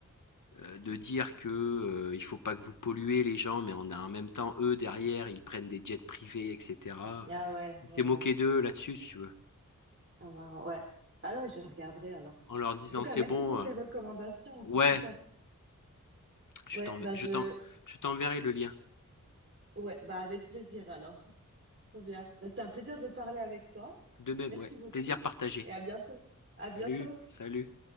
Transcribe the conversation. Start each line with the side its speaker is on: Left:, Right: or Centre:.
Left: heu, de dire que, heu, il faut pas que vous polluez les gens, mais en en même temps, eux, derrière, ils prennent des jets privés et cetera.
Right: Ah ouais,
Left: Il
Right: ouais,
Left: s'est moqué
Right: ouais.
Left: d'eux là-dessus, si tu veux,
Right: Ah, marrant, ouais. Ah ouais, je regarderai alors.
Left: en leur disant:
Right: En tout cas,
Left: «C'est
Right: merci
Left: bon,
Right: pour tes
Left: heu,
Right: recommandations,
Left: ouais,
Right: c'est super.
Left: je
Right: Ouais,
Left: t'en,
Right: bah
Left: je
Right: je
Left: t'en je t'enverrai le lien».
Right: ouais, bah avec plaisir alors. Trop bien. Bah, c'était un plaisir de parler avec toi.
Left: De même,
Right: Merci
Left: ouais,
Right: beaucoup
Left: plaisir partagé.
Right: et à bientôt. À
Left: Salut,
Right: bientôt.
Left: salut.